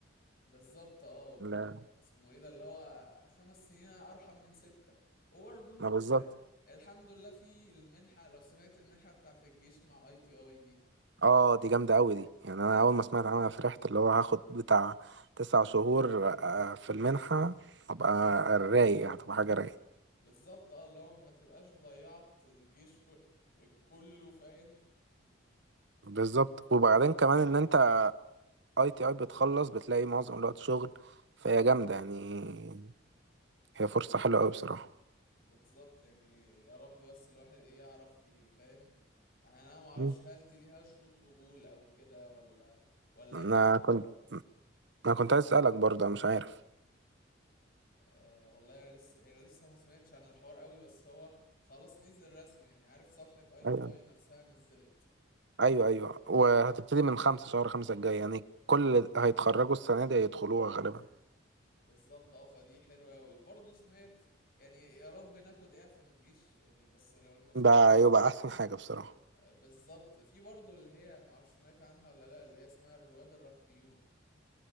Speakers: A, on the left (about 50°); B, on the right (about 65°).
A: بالظبط اه واسمه
B: لا
A: ايه ده اللي هو خمس سنين ارحم من ستة وبرضو
B: ما بالظبط
A: آه، الحمد لله في المنحة لو سمعت المنحة بتاعت الجيش مع اي تي اي دي
B: اه دي جامدة أوي دي يعني أنا أول ما سمعت عنها فرحت اللي هو هاخد بتاع تسع شهور آه، في المنحة هبقى رايق يعني، هتبقى حاجة رايقة
A: بالظبط اه اللي هو ما تبقاش ضيعت الجيش كو- كله فاهم
B: بالظبط وبعدين
A: آه،
B: كمان
A: في الليلة
B: إن أنت
A: دي
B: أي تي أي بتخلص بتلاقي معظم الوقت شغل فهي جامدة يعني هي فرصة حلوة أوي بصراحة
A: بالظبط يعني يا رب بس الواحد ايه يعرف ي- فاهم يعني انا ما اعرفش
B: مم.
A: هل دي ليها شروط قبول او كده ولا ولا
B: أنا
A: بيبقى
B: كنت انا كنت عايز اسالك برضه انا مش عارف
A: آه والله انا لسه يعني لسه ما سمعتش عن الحوار قوي بس هو خلاص نزل رسمي يعني عارف صفحة اي تي
B: ايوه
A: اي نفسها نزلت
B: ايوه ايوه
A: آه
B: وهتبتدي من خمسة شهر خمسة الجاي يعني كل اللي هيتخرجوا السنة دي هيدخلوها غالبا
A: بالظبط اه فدي حلوة قوي وبرضه سمعت يعني يا رب ناخد اعفاء من الجيش يعني بس لو انه صعب
B: ده يبقى احسن حاجة بصراحة
A: آه بالظبط في برضه اللي هي ما اعرفش سمعت عنها ولا لا اللي هي اسمها الرواد الرقميون